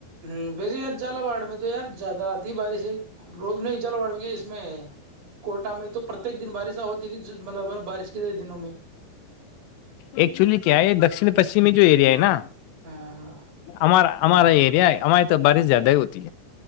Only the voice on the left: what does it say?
ایکچولی کیا ہے یہ دکن پشچمی جو ایریا ہے نا
ہمارا ہمارا ایریا ہے ہماری تو
بارش زیادہ ہی ہوتی ہے